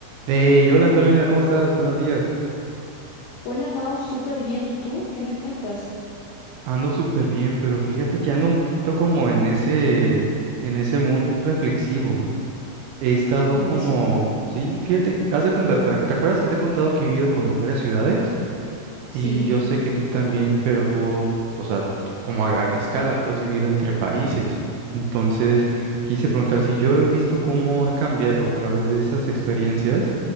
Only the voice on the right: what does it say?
Hey, hola Antonella, ¿cómo estás? Buenos días.
Ando súper bien, pero fíjate que ando un poquito como en ese, en ese mood reflexivo. He estado
como,
sí, fíjate, haz de cuenta, ¿te te acuerdas que te he contado que he vivido con varias ciudades?
Y yo sé que tú también, pero tú, o sea, tú- como a gran escala, tú has vivido entre países. Entonces, quise preguntar si yo he visto cómo he cambiado a través de esas experiencias,